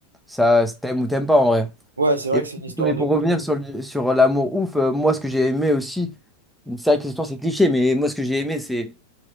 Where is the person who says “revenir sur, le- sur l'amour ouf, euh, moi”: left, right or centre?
Centre